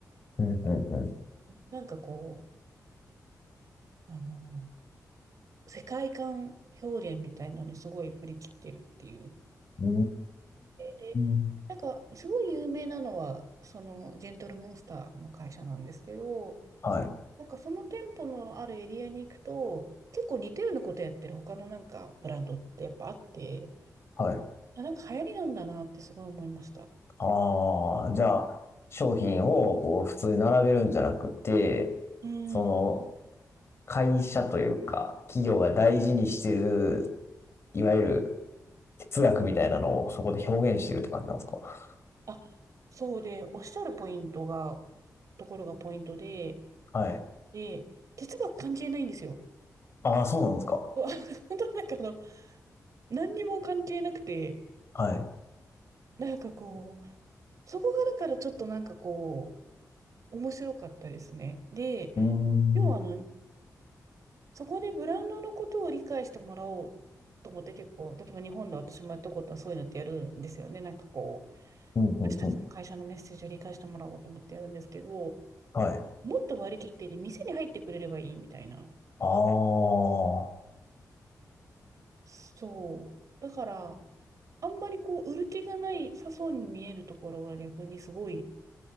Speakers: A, on the left (about 40°); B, on the right (about 60°).
A: うん、うん、う
B: なんかこう、あの、世界観表現みたいなのにすごい振り切ってるっていう
A: ん。
B: でなんか、
A: うーん。
B: すごい有名なのは、その、ジェントルモンスターの会社なんですけど、
A: はい、
B: なんかその店舗のあるエリアに行くと、結構似たようなことやってる他のなんかブランドってやっぱあって、
A: はい。
B: あ、なんか流行りなんだなってすごい思いました。
A: ああ、じゃあ、商品をこう普通に並べるんじゃなくて、
B: うん。
A: その、会社というか、企業が大事にしてる、いわゆる哲学みたいなのをそこで表現してるって感じなんですか
B: あ、そうで、おっしゃるポイントが、ところがポイントで、
A: はい。
B: で、哲学関係ないんですよ。
A: ああ、そうなんですか。
B: <laughs> 本当になんかあの、何にも関係なくて、
A: はい。
B: なんかこう、そこがだからちょっとなんかこう、面白かったですね。で、
A: うーん。
B: 要はあの、そこでブランドのことを理解してもらおうと思って結構、例えば日本で私もやったことはそういうのってやるんですよね。なんかこう、
A: うんうんうん。
B: 私たちの会社のメッセージを理解してもらおうと思ってやるんですけど、
A: はい。
B: もっと割り切ってで店に入ってくれればいいみたいな。
A: ああ。
B: そう。だから、あんまりこう、売る気がないさそうに見えるところは逆にすごい、